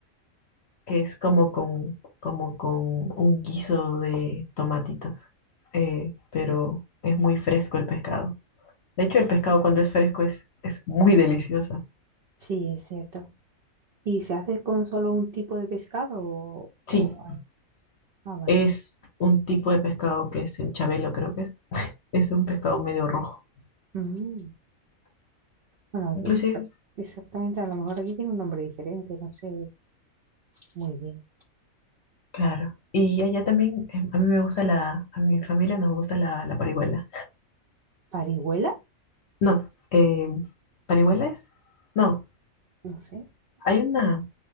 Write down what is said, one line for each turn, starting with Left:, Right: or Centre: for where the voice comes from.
Left: que es como con, como con un guiso de tomatitos, eh, pero es muy fresco el pescado. De hecho, el pescado cuando es fresco es, es muy delicioso.
Right: Sí, es cierto. ¿Y se hace con solo un tipo de pescado o,
Left: Sí,
Right: o hay- Ah, vale.
Left: es un tipo de pescado que es el chabelo, creo que es. Es un pescado medio rojo.
Right: Mm. Bueno,
Left: Inclusive,
Right: que exac- exactamente, a lo mejor aquí tiene un nombre diferente, no sé muy bien.
Left: claro. Y allá también, eh, a mí me gusta la, a mi familia nos gusta la, la parihuela.
Right: ¿Parihuela?
Left: No, eh, ¿parihuela es? No,
Right: No sé.
Left: hay una...